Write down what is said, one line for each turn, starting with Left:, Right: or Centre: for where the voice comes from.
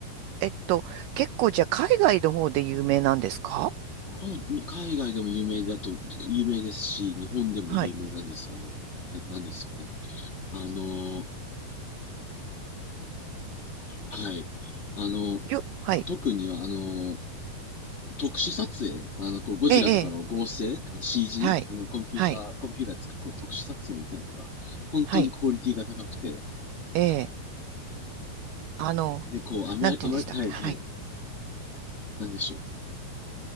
Right: えっと、結構じゃあ海外の方で有名なんですか
Left: もう、に海外でも有名だと、有名ですし、日本でも有名なんですよ、
Right: はい。
Left: あの、な、なんですよね。あの、はい。あの、
Right: よ、はい。
Left: 特にあの、特殊撮影、あの、こう、ゴジラとかの合成、
Right: ええ、ええ
Left: あの CG、
Right: はい。
Left: あの、コンピューター、
Right: はい。
Left: コンピューターですか、こう、特殊撮影みたいなのが、本当にクオリティが高くて、
Right: はい。ええ、あの、
Left: で、こう、あまり、
Right: なんて言うんでしたっけはい。
Left: あまり、はいはい、なんでしょう。